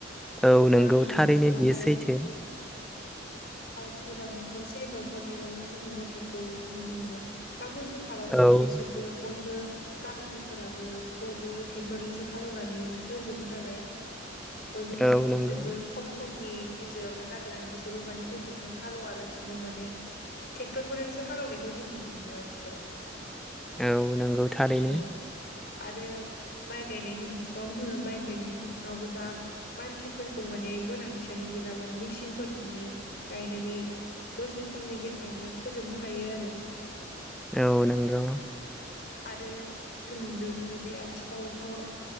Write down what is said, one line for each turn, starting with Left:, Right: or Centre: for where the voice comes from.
Centre: औ नंगौ
Left: गामि
Centre: थारैनो
Left: गंसेयावहाय
Centre: बियो सैथो
Left: सोरबा न'खरसे न'खरनैआवल' जोङो मोसौखौ नुनो मोनो। बा मोसौ थाबाबो
Centre: औ
Left: बिसोरबो बयबो गामिनिफोराबो बयबो ट्रेक्टरजोंसो हालौवनानै होजोबो नालाय बयबो माने
Centre: औ नंगौ
Left: बिसोरबो खम समनि गेजेरावनो नागिरनानै बिसोरबो माने मोसौजों हालौवा लासिनो माने टेक्टरफोरजोंसो हालेवनायखौ जों नुनो मोनो आथिखालाव
Centre: औ नोंगौ थारैनो
Left: औ आरो माइ गायनायनि बिथिङावनो होन माइ गायनायनि बिथिङावबो दा मानसिफोरखौ माने गोनांथियानो गैला माने मिसिनफोरजोंनो गायनानै दसे समनि गेजेरावनो फोजोबनो हायो आरो
Centre: औ नोंगौ
Left: आरो जों <unintelligible> मोनोदि आथिखालावथ'